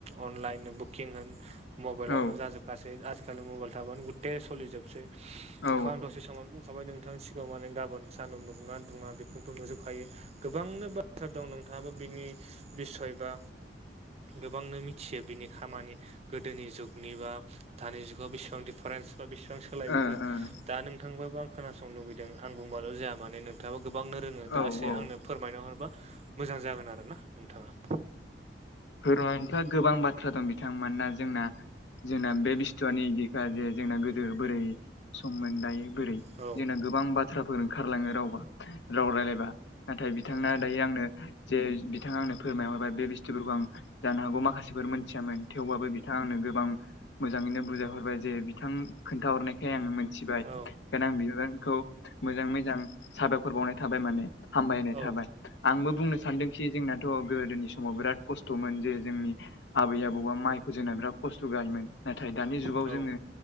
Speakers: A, on the right (about 35°); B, on the left (about 75°).
A: अनलाइननो बुकिं होन मबाइलाववनो
B: औ
A: जाजोब गासै आजिखालि मबाइल थाबानो गुथे सोलिजोबसै
B: औ
A: एखो दसे समाव बाय नोंथांनि सिगाङाव माने गाबोन सान्दुं दुंना दुङा बेफोरखौ नुजोबखायो गोबांनो बाथ्रा दं नोंथाङाबो बिनि बिसय बा गोबांनो मिथियो बिनि खामानि गोदोनि जुगनिबा दानि जुगाव बेसेसिबां दिडिफारेन्स बा बेसेबां सोलायबोखो
B: ओ ओ
A: दा नोंथांबाबो आं खोनासं लुुबैदों आं बुंबाल' जाया माने नोंथाङाबा गोबांनो रोङो
B: औ
A: दा एसे
B: औ
A: आंनो फोरमायना हरबा मोजां जागोन आरो ना नोंथाङा
B: फोरमायनोथ गोबां बाथ्रा दं बिथां मोना जोंना जोंना बे बिस्थुआनो इदिनोखा जे जोंना गोदो बोरै सम मोन दायो बोरै
A: औ
B: जोंना गोबां बाथ्राफोर ओंखारलाङो रावबा राव रायलायबा नाथाय बिथांना दायो आंनो जे बिथाङा आंनो फोरमायहरबाय बे बस्थुफोरखौ आं जानो हागौ माखासेफोर मोनथियामोन थेवबाबो बिथाङा आंनो गोबां मोजाङैनो बुजायहरबाय जे बिथां खोन्थाहरनायखाय आं मोनथिबाय
A: औ
B: बेओंखायनो आं बिबानखौ मोजाङै मोजां साबायखर बावनाय थाबाय माने हामबायनाय
A: औ
B: थाबाय आंबो बुंनो सानदोंसि जोंना थ' गोदोनि समाव बिराद खस्थ'मोन जे जोंनि आबै आबौआ माइखौ जोना बिराद खस्थ' गायोमोन नाथाय दानि जुगाव
A: औ
B: जोङो